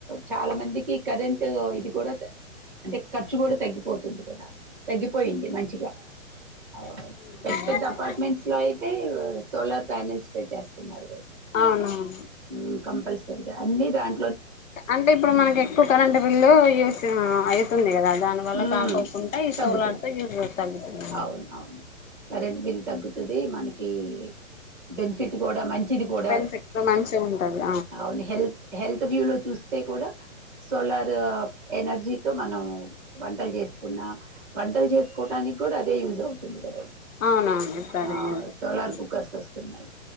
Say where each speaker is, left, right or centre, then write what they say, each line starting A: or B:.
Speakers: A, in the centre; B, on the left.
A: చాలా మందికి కరెంట్ ఇది కూడా త అంటే ఖర్చు కూడా తగ్గిపోతుంది కదా, తగ్గిపోయింది మంచిగా.
B: హు
A: ఆ పెద్ద
B: <unintelligible>
A: పెద్ద అపార్ట్మెంట్స్ లో అయితే సోలార్ ప్యానల్స్ పెట్టేస్తున్నారు గా ఇప్పుడు
B: అవునవును
A: హు కంపల్సరీగా అన్ని దాం
B: అంటే ఇప్పుడు మనకి ఎక్కువ కరెంట్ బిల్లు యూ అయితుంది కదా దాని వల్ల
A: హ
B: కాకోకుండా ఈ
A: తగ్గుతుంది
B: సోలార్ తో యూజ్ తగ్గుతుంది
A: అవున అవును కరెంట్ బిల్ తగ్గుతుంది మనకి బెనిఫిట్ కూడా మంచిది కూడా
B: బెనిఫిట్ మంచిగా ఉంటది
A: అవును హెల్త్ హెల్త్ వ్యూ లో చూస్తే కూడా సోలార్ ఎనర్జీతో మనం వంటలు చే కున్నా వంటలు చేసుకోటడానికి కూడా అదే యూజ్ అవుతుంది తుంది కదా
B: అవునవును ఇప్పుడు అదే
A: ఆ
B: కదా
A: సోలార్ కుక్కర్స్ వస్తున్నాయి